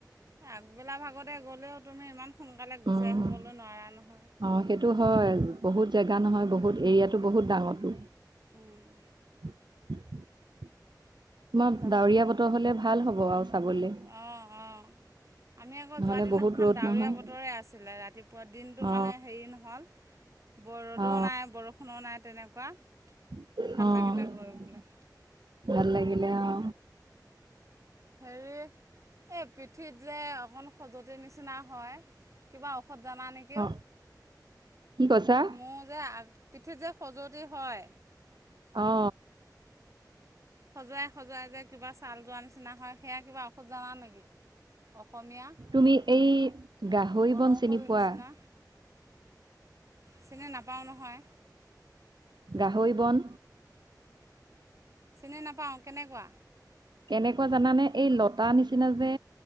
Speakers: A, on the right; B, on the right.
A: আগবেলা ভাগতে গ'লেও তুমি ইমান সোনকালে গুচি
B: উম
A: আহিবলৈ নোৱাৰা নহয়।
B: অ সেইটো হয় বহুত জেগা নহয় বহুত এৰিয়াাতো বহুত ডাঙৰো।
A: উম।
B: উ। তোমাৰ
A: যাব
B: ডাৱৰীয়া
A: লাগিব
B: বতৰ হলে ভাল হব আৰু চাবলে।
A: অঁ অঁ আমি আকৌ
B: নহলে
A: যোৱাদিনাখন
B: বহুত ৰ'দ
A: ডাৱৰীয়া
B: নহয়
A: বতৰে আছিলে ৰাতিপুৱা দিনটো
B: অ
A: মানে হেৰি নহ'ল। ব ৰ'দো
B: অ
A: নাই বৰষুণো নাই তেনেকুৱা।
B: অ
A: ভাল লাগিলে গৈ পেলাই
B: ভাল লাগিলে অ
A: হেৰি এ পিঠিত যে অকন খজুৱতি নিচিনা হয় কিবা ঔষধ জানা নেকিও
B: অ কি কৈছা
A: মোৰ যে আ পিঠি যে খজুৱতি হয়
B: অ
A: খজোৱাই খজোৱাই যে কিবা ছাল তাল যোৱাৰ নিচিনা হয় সেয়া কিবা ঔষধ জানা নেকি অসমীয়া
B: তুমি এই গাহৰি
A: বনৌষধিৰ
B: বন চিনি পোৱা
A: নিচিনা চিনি নাপাওঁ নহয়
B: গাহৈ বন
A: চিনি নাপাওঁ কেনেকুৱা।
B: কেনেকুৱা জানানে এই লতা নিচিনা যে